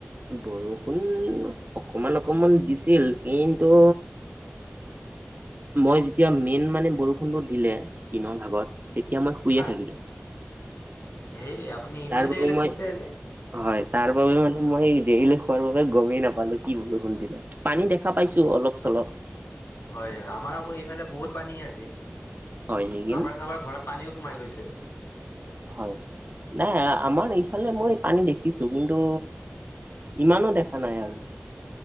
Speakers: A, on the right; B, on the left.
A: বৰষুণ অকমান অকমান দিছিল কিন্তু মই যেতিয়া মেইন মানে বৰষুণটো দিলে, দিনৰ ভাগত তেতিয়া মই শুইয়ে
B: হয়
A: থাকিলোঁ।
B: হেই আপুনি ইমান
A: তাৰ বাবে
B: দেৰিলে
A: মই
B: শুইছে আজি?
A: হয় তাৰ বাবে মানে মই দেৰিলৈ শুৱাৰ বাবে গমেই নাপালো কি বৰষুণ দিলে। পানী দেখা পাইছো অলপ চলপ।
B: হয় হয় আমাৰ আকৌ এইফালে বহুত পানী আছে কাৰোবাৰ
A: হয় নেকি
B: কাৰোবাৰ ঘৰত পানীও সোমাই গৈছে।
A: হয় নাই আমাৰ ইফালে মই পানী দেখিছো কিন্তু ইমানো দেখা নাই আৰু